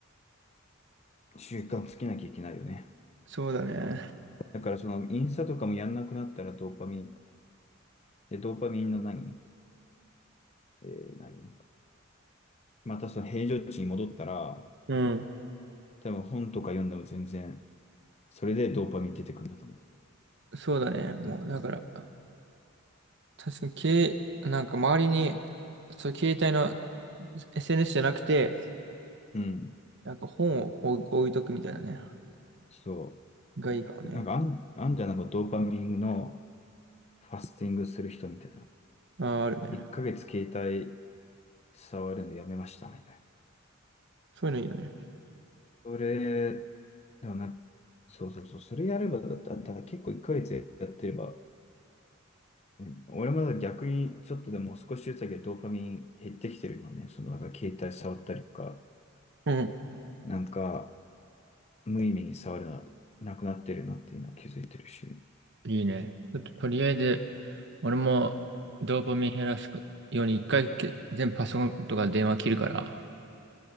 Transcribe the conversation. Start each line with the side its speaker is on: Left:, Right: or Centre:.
Left: 習慣つけなきゃいけないよね。
Right: そうだね。
Left: だからそのインスタとかもやんなくなったらドーパミン、で、ドーパミンの何えー何またその平常値に戻ったら、
Right: うん、
Left: 多分本とか読んでも全然、それでドーパミン出てくるんだと思
Right: そうだね。もう、だから。確かに、けい、なんか周りに、そう、携帯の SNS じゃなくて、
Left: う。うん。
Right: なんか本を置い置いとくみたいなね。
Left: そ
Right: がいいかもね。
Left: う。なんかあん、あんじゃんなんかドーパミンのファスティングする人みたいな。
Right: ああ、あるね。
Left: 1ヶ月携帯触るのやめましたみたいな。
Right: そういうのいいよね。
Left: それ、でもな、そうそうそう、それやればだったら、だから結構1ヶ月やってれば、うん俺まだ逆にちょっとでも少しずつだけドーパミン減ってきてるよね。そのなんか携帯触ったりとか、
Right: うん。
Left: なんか無意味に触るな、なくなってるなっていうのは気づいてるし。
Right: いいね。ちょっととりあえず、俺もドーパミン減らすように一回け全部パソコンとか電話切るから、